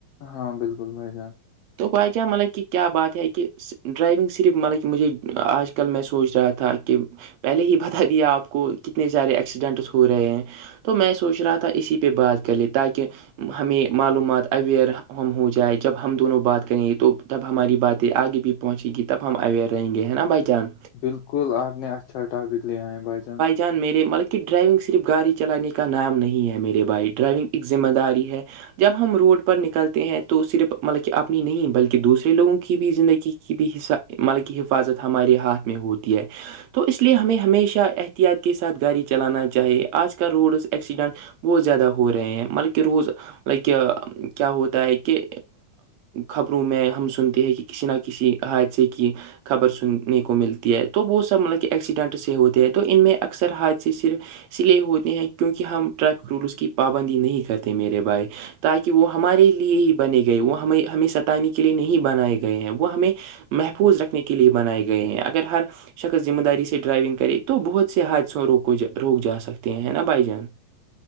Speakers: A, on the left; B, on the right.
A: ہاں بالکل بھائی جان
B: تو بائی کیا مطلب کہ کیا بات ہے کہ ڈرائیونگ صرف مطلب کہ مجھے آج کل میں سوچ رہا تھا کہ پہلے ہی بتا دیا آپ کو کتنے سارے ایکسیڈنٹس ہو رہے ہیں تو میں سوچ رہا تھا اسی پہ بات کر لے تاکہ ہمیں معلومات اویئر ہم ہو جائے جب ہم دونوں بات کریں گے تو تب ہماری باتیں آگے بھی پہنچے گی تب ہم اویئر رہیں گے ہیں نا ب جان
A: بالکل آپ نے اچھا ٹاپک لیا ہے بھائی جان
B: <unintelligible> مل ک ڈرائیونگ صرف گاڑی چلانے کا نام نہیں ہے میرے بھائی ڈرائیونگ ایک ذمہ داری ہے جب ہم روڈ پر نکلتے ہیں تو صرف مطلب کہ اپنی نہیں بلکہ دوسرے لوگوں کی بھی زندگی کی کی بھی حس مطلب کہ حفاظت ہمارے ہاتھ میں ہوتی ہے تو اس لیے ہمیں ہمیشہ احتیاط کے ساتھ گاڑی چلانا چاہیے آج کل روڈز ایکسیڈنٹ بہت زیادہ ہو رہے ہیں مطلب کہ روز لائک کیا ہوتا ہے کہ خبروں میں ہم سنتے ہیں کہ کسی نہ کسی حادثے کی خبر سننے کو ملتی ہے تو وہ سب مطلب کہ ایکسیڈنٹ سے ہوتے ہیں تو ان میں اکثر حادث صرف اس لیے ہوتے ہیں کیونکہ ہم ٹریفک رولس کی پابندی نہیں کرتے میرے بھائی تاکہ وہ ہمارے لیے ہی بنے گئے وہ ہمیں ہمیں ستانے کے لیے نہیں بنائے گئے ہیں وہ ہمیں محفوظ رکھنے کے لیے بنائے گئے ہیں اگر ہر شکص ذمہ داری سے ڈرائیونگ کرے تو بہت سے حادثوں روک جا سکتے ہیں نا بھائی جان